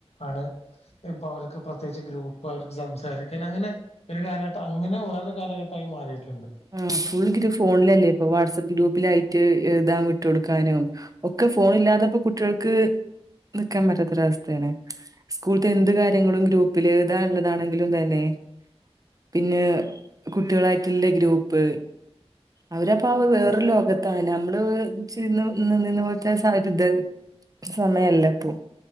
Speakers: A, on the left; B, on the right.
A: ആണ് ഇപ്പൊ അവർക്ക് പ്രത്യേകിച്ച് ഗ്രൂ പ്പായിട്ട് സംസാരിക്കാൻ അങ്ങനെ ഒരു കാലഘട്ടം അങ്ങനെ വേറൊര് കാലഘട്ടായി മാറിട്ട്
B: ആ ഫുൾ ഗ്രു ഫോണിലല്ലേ ഇപ്പം വാട്സപ്പ് ഗ്രൂപ്പിലായി റ്റ് എഴുതാൻ വിട്ടു കൊടുക്കാനും ഒക്കെ ഫോൺ ഇല്ലാത്തപ്പോ കുട്ടികൾക്ക് നിക്കാൻ പറ്റാത്തൊരവസ്ഥയാണ്. സ്കൂളിൽത്തെ എന്ത് കാര്യങ്ങളും ഗ്രൂപ്പിൽ എഴുതാ ഉള്ളതാണെങ്കിലും തന്നെ പിന്നെ കുട്ടികളായിട്ട്ല്ലെ ഗ്രൂപ്പ് അവരപ്പ അവ വേറൊരു
A: അത്
B: ലോകത്താണ് നമ്മള് ച് ന്ന് നിന്നീന്ന പോലത്തെ <unintelligible> സമയല്ല ഇപ്പം.